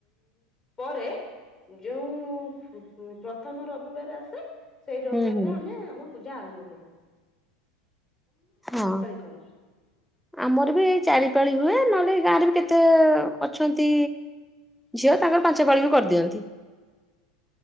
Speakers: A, on the left (about 20°); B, in the centre.
A: ପରେ ଯୋଉ ପ୍ରଥମ ରବିବାର ଆସେ ସେଇ ରବିବାର
B: ହୁଁ ହୁଁ।
A: ରେ ଆମେ ଆମ ପୂ ଆରମ୍ଭ କରିବୁ।
B: ହଁ
A: କର
B: ଆମର ବି ଏ ଚାରିପାଳି ହୁଏ ନ ତାରେ ବି କେତେ ଅଛନ୍ତି ଝିଅ ତାଙ୍କର ପାଞ୍ଚ ପାଳି ବି କରିଦିଅନ୍ତି।